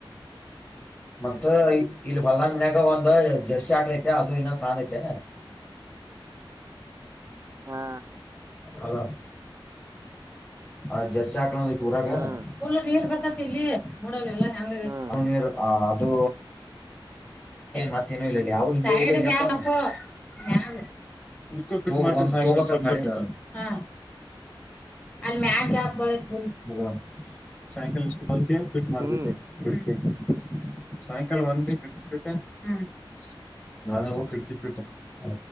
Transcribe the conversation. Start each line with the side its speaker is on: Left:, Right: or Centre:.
Left: ಮತ್ತ ಇಲ್ ಇಲ್ಲಿ ಹೊಲ್ದಾಗ ಮನ್ಯಾಗ ಒಂದ ಜರ್ಸಿ ಹಾಕ್ಳ ಐತೆ ಅದು ಇನ್ನ ಸಾಲೈತೆ.
Right: ಹಾ.
Left: ಹ ಹಲೋ. ಹ ಜರ್ಸಿ ಹಾಕ್ಳಂದ ಊರಾಗ
Right: ಹ್ಮ್
Left: ಉಲ್ಲಾಗ್ ನೀರ್ ಬರ್ತತಿಲ್ಲಿ ನೋಡಲಿಲ್ಲ ಹೆಂಗೆ <unintelligible>
Right: ಹ್ಮ್
Left: ಆ ಅದು. ಮತ್ತೇನು ಇಲ್ಲಲ್ಯ ಸಾಟರ್ಡೆ ಗ್ಯಾಪ್ <unintelligible> ಹಾ. ಅಲ್ಲಿ ಮ್ಯಾ ಗ್ಯಾಪ್ ಒಂದ್ ಸೈಕಲ್ ಸ್ಕೂ ಟಿ ಫಿಟ್ ಮಾಡತೈತೆ
Right: ಹ್ಮ್
Left: <unintelligible> ಸಾಯಂಕಾಲ ವಂತ ಕ್ರಿಕಟ್ಟ ಹ್ಮ್ ನಾನೋ ಕ್ರಿಕೆಟ್ಪ್ ಹ.